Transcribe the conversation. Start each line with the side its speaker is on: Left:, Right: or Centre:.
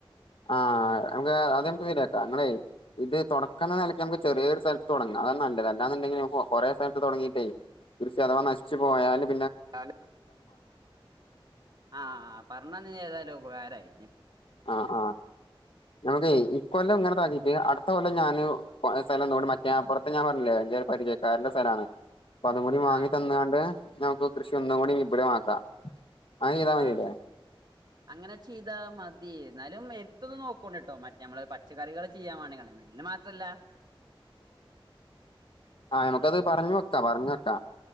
Left: ആഹ നമക്ക് അത് നമുക്ക് ശരിയാക്കാം നിങ്ങളെ ഇത് തുടക്കണ നിലക്ക് നമുക്ക് ചെറിയൊരു സ്ഥലത്ത് തുടങ്ങാം അതാ നല്ലത് അല്ലാന്ന്ണ്ടങ്കിൽ കൊ കൊറേസ്ഥലത്ത് തൊടങ്ങിട്ടയ് കൃഷി അഥവാ നശ്ചു പോയാലും.
Right: <inaudible> ആ പറഞ്ഞന്നത് ഏതായാലും ഉപകാരയി
Left: ആ ആ നമക്ക് ഇ കൊല്ലം ഇങ്ങനെ <unintelligible> അടുത്ത കൊല്ലം ഞാന് പ്പ സ്ഥലംന്നൂടി മറ്റേ ആപ്പുറത്തെ ഞാൻ പറഞ്ഞില്ലേ എൻ്റെ പരിചയക്കാരൻ്റെ സ്ഥലാണ് അപ്പൊ അതും കൂടി വാങ്ങി
Right: ആഹ്
Left: തന്നാണ്ട് നമുക്ക് കൃഷി ഒന്നും കൂടി വിഭുലമാക്കാ <unintelligible>
Right: ആഹ് അങ്ങനെ ചെയ്താ മതി എന്നാലും എര്ത്തൊന്നു നോക്കൂണ്ട്ട്ടോ മറ്റേ നമ്മള് പച്ചക്കറികൾ ചെയ്യാൻ പണിയാണ് ഇന്ന് മാത്രല്ല
Left: ആ നമുക്കത് പറഞ്ഞ് വെക്കാ പറഞ്ഞ് വെക്കാ